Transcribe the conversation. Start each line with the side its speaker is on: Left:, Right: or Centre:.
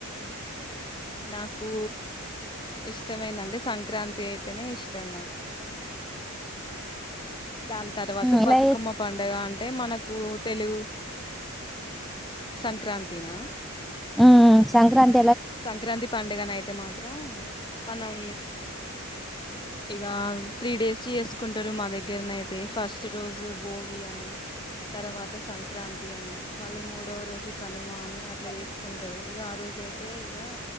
Left: నాకు ఇష్టమైందంటే సంక్రాంతి అయితేనే ఇష్టం నాకు దాని తర్వాత
Centre: ఎలా
Left: బతుకమ్మ పండుగ అం అంటే మనకు తెలు సంక్రారాంతిన
Centre: ఆహ్ సంక్రాంత్
Left: సంక్రాంతి పండుగన అయితే మాత్రం మనం ఇక త్రీ డేస్ చేసుకుంటారు మా దగ్గరనయితే ఫస్ట్ రోజు భోగి అని తర్వాత సంక్రాంతి అని మళ్ళీ మూడవ రోజు కనుమ అని అట్లా చేసుకుంటారు ఇక ఆ రోజు అయితే అే ఇక